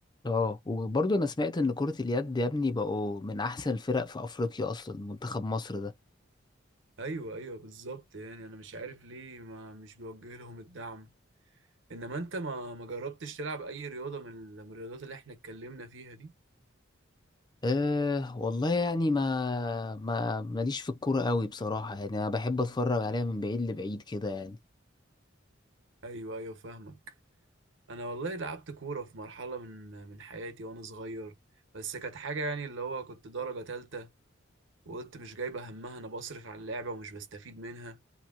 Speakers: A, on the left; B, on the right.
A: اه وبرضه أنا سمعت إن كرة اليد يا ابني بقوا من أحسن الفرق في أفريقيا أصلا منتخب مصر ده
B: ايوه ايوه بالظبط يعني انا مش عارف ليه ما مش بوجه لهم الدعم انما انت ما ما جربتش تلعب اي رياضة من ال- من الرياضات اللي احنا اتكلمنا فيها دي
A: أه والله يعني ما ما ماليش في الكورة قوي بصراحة يعني أنا بحب أتفرج عليها من بعيد لبعيد كده يعني
B: ايوه ايوه فاهمك انا والله لعبت كوره في مرحله من من حياتي وانا صغير بس كانت حاجه يعني اللي هو كنت درجه تالتة وقلت مش جايبه همها انا بصرف على اللعبه ومش بستفيد منها